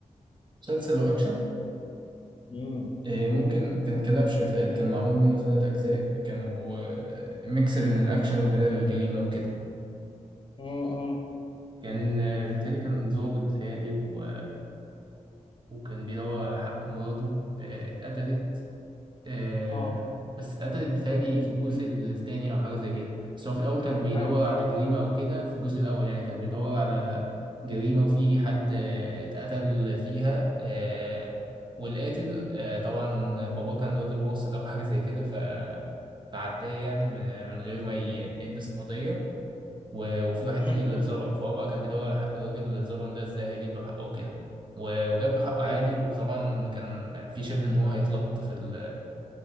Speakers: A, on the right; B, on the left.
A: مسلسل وأكشن
B: امم
A: آه، ممكن كان كلبش بيتهيألي كان معمول منه ثلاث أجزاء كانوا آه، ميكس بين الأكشن وبين الجريمة وكده
B: امم
A: كان بالتالي كان ظابط بيتهيألي و... وكان بيدور على حق مراته آه، اتقتلت آه،
B: اه
A: بس اتقتلت بيتهيألي في الجزء الثاني أو حاجة زي كده بس هو في الأول كان بيدور
B: ايوه
A: على جريمة أو كده في الجزء الأول يعني كان بيدور على جريمة وفي حد آه، اتقتل فيها آه، والقاتل آه، طبعا باباه كان راجل واصل أو حاجة زي كده ف... فعداه يعني من من غير ما ي- يلبس القضية و- وفي واحد
B: امم
A: تاني اللي اتظلم فهو بقى كان بيدور على حق الراجل اللي اتظلم ده ازاي هيجيب له حقه وكده و- وجاب له حقه عادي
B: ايوه
A: وطبعا كان في شبه ان هو هيتلط في ال-